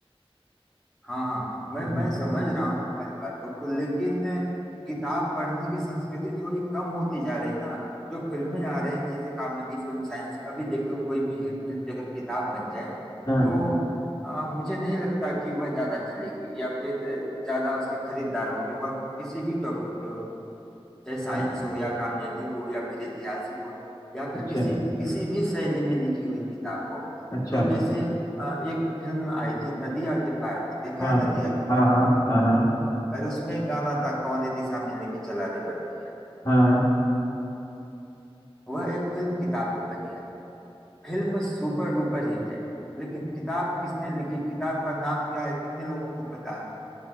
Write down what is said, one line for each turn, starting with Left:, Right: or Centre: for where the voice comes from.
Centre: हाँ हाँ मैं
Left: हैं
Centre: मैं समझ रहा हूँ तुम्हारी बातों को लेकिन किताब पढ़ने की संस्कृति थोड़ी कम होती जा रही ना जो फिल्में आ रही हैं जैसे कॉमेडी फिल्म साइंस अभी देख लो कोई भी हिट फिल्म पे अगर किताब बन जाए
Left: हाँ
Centre: तो आ, मुझे नहीं लगता कि वह ज्यादा चलेगी या फिर ज्यादा उसके खरीदार होंगे वह किसी भी टॉपिक पे हो चाहे साइंस
Left: अ-
Centre: हो या कॉमेडी हो या फिर ऐतिहासिक हो या फिर
Left: अच्छा
Centre: किसी किसी भी शैली में लिखी हुई किताब हो
Left: अच्छा
Centre: तो जैसे अ, एक फिल्म आई थी नदिया के पार देखा
Left: हाँ
Centre: है नदिया के
Left: हाँ
Centre: पार
Left: हाँ हाँ हाँ
Centre: और उसमें एक गाना था कौने दिशा में लेके चला रे बटोहिया
Left: हाँ
Centre: वह एक फिल्म किताब पे बनी है फिल्म सुपर डुपर हिट है लेकिन किताब किसने लिखी किताब का नाम क्या है कितने लोगों को पता है